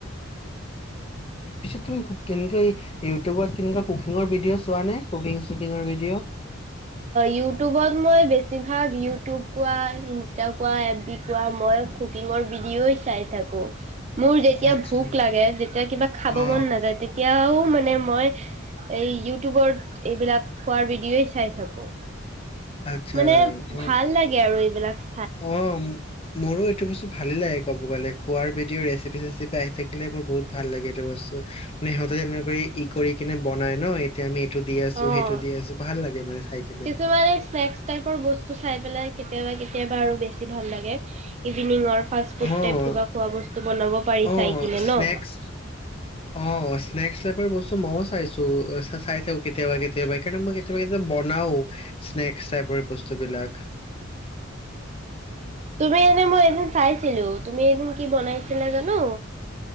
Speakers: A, on the left; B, on the right.
A: পিছ তুমি কোক কিনকে ইউটউবৰত কেনেকা কুক কুকিং ভিডি'অ চোৱা নে? কোকিং চুকিঙৰ ভিড '
B: ইউটিউবত মই বেছি ভাগ ইউটিউব কোৱা ইষ্টা কোৱা কোৱা এ -বি কোৱা মই কুকিঙৰ ভিডিঅ'ই চাই থাকো মোৰ যেতিয়া
A: আচ্ছা
B: ভোক লাগে যেতিয়া কিবা খাব
A: অ
B: মন নাযায় তেতিয়াও মানে মই এই ইউটিউবৰ এইবিলাক। খোৱাৰ ভিডিঅ'ই চাই থাকোঁ।
A: আচ্ছা
B: মানে ভাল লাগে আৰু এইবিলাক ।
A: অ' মোৰো এইটো বস্তু ভালে লাগে ক'ব গ'লে খোৱাৰ ভডিঅ ৰেচিপি চেচিপি আহি থাকিলে মোৰ বহুত ভাল লাগে এইটো বস্তু ।সদায় তেনেকে ই কৰি কিনে বনাই ন এতিয়া আমি। এইটো দি আছো
B: অ'
A: সেইটো দি আছো ভাল লাগে মানে চাই কিনে
B: কিছুমানে স্নেক্স টাইপৰ বস্তু চাই পেলাই। কেতিয়াবা, কেতিয়াবা আৰু বেছি ভাল লাগে evening work. Fast
A: অ',
B: food type কিবা খোৱা বস্তু বনাব পাৰি
A: অ',
B: চাই কিনে
A: স্নেক্স
B: ন?
A: অ', স্নেক্স টাইপৰ বস্তু মইও চাইছো। চাই থাকে কেতিয়াবা
B: অ'।
A: কেতিয়াবা কাৰণ মই বনাও স্নেক্স টাইপৰ বস্তুবিলাক।
B: তুমি এনে মই এদিন চাইছিলো তুমি এদিন কি বনাইছিলা জানো।